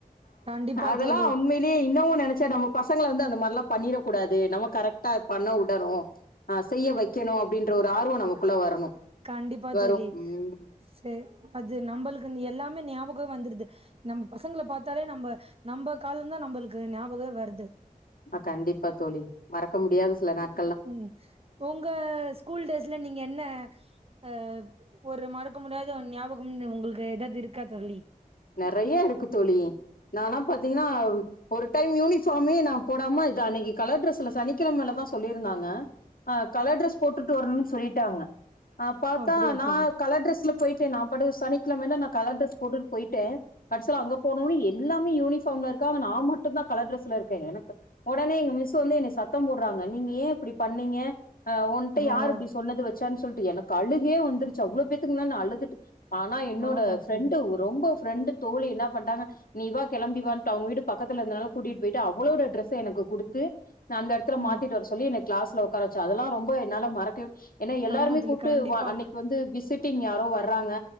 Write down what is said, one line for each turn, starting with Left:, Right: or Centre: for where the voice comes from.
Right: கண்டிப்பா
Left: அதெல்லா
Right: தோழி
Left: உண்மை யிலே இன்னு நினைச்சா நம்ம பசங்களை வந்து அந்த மாதிரால்லா பண்ணிட கூடாது நம்ம கரெக்டா பண்ண உடணு ஆ செய்ய வைக்கணு அப்படின்ற ஒரு ஆர்வம் நமக்குள்ள வரணு
Right: கண்டிப்பா
Left: வரு
Right: தோழி
Left: ம்
Right: செ அது நம்மளுக்கு எல்லாமே ஞாபகம் வந்துருது நம்ம பசங்கள பாத்தாலே நம்ம நம்ம காலதா நம்மளுக்கு ஞாபகமே வருது
Left: ஆ கண்டிப்பா தோழி மறக்க முடியாது சில நாட்
Right: ம் உங்க ஸ்கூல் டேஸ்ல நீங்க என்ன அ ஒரு மறக்க முடியாது ஒரு ஞாபகம் உங்களுக்கு எதாவது இருக்கா தோழி
Left: நறைய இருக்கு தோழி நால்லா பாத்தீங்கன்னா ஒரு டைம் யூனிஃபார்மே நா போடாம இது அன்னைக்கு கலர் ட்ரெஸ்ல சனிக்கிழமலதா சொல்லியிருந்தாங்க ஆ கலர் டிரெஸ் போட்டுட்டு வரணுனு சொல்லிட்டாங்க ப பாத்தா
Right: அப்டியா
Left: நான்
Right: தோழி
Left: கல ட்ரெஸ்ல போயிட்டே நான் பாட்டுக்கு சனிக்கிழமே நா கலர் ட்ரஸ் போட்டு ட்டே கடைசில அங்க போனனு எல்லாமே யூனிஃபார்ம்ல இருக்காங்க நான் மட்டுந்தா கலர் ட்ரெஸ்ல இருக்கே எனக்கு உடனே எங்க மிஸ் வந்து என்னை சத்தம் போடுறாங்க நீங்க ஏன் இப்படி பண்ணீங்க அ உன்ட்ட
Right: ஆமா
Left: யார் அப்டி சொன்னது வச்சானு சொல்லிட்டு எனக்கு அழுகே வந்துருச்சு அவ்ளோ பேத்துக்குமுன்ன நா அழுதுட்டு ஆனா என்னோட
Right: ஆமா
Left: ஃப்ரெண்டு
Right: தோழி
Left: ரொம்ப ஃப்ரெண்டு தோழி என்ன பண்டாங்க நீ வா கெளம்பிவான்ட்டு அவுங்க வீடு பக்கத்துல இருந்தனால கூட்டிட்டு போயிட்டு அவளோட டிரஸ்ச எனக்கு குடுத்து அந்த இடத்துல
Right: ம்
Left: மாத்திட்டு வர சொல்லி என்ன கிளாஸ்ல உக்கார வச்சா அதெல்லா ரொம்ப என்னால மறக்கவே ஏன்னா எல்லாருமே
Right: ஆமா தோழி
Left: கூப்ட்டு
Right: கண்டிப்பா
Left: அன்னைக்கு வந்து விசிட்டிங் யாரோ வர்றாங்க